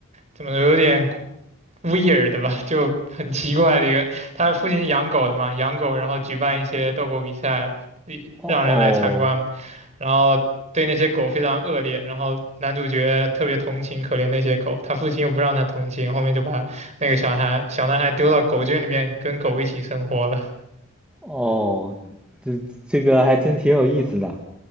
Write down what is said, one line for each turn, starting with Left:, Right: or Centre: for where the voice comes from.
Right: 怎么说有点。weird 的吧，就很奇怪的一个。他父亲养狗的嘛，养狗，然后举办一些斗狗比赛，一让人来参观嘛。
Centre: 哦哦，
Right: 然后对那些狗非常恶劣，然后男主角特别同情可怜那些狗，他父亲又不让他同情，后面就把那个小孩小男孩丢到狗圈里面跟狗一起生活了。
Centre: 哦，这这个还真挺有意思的。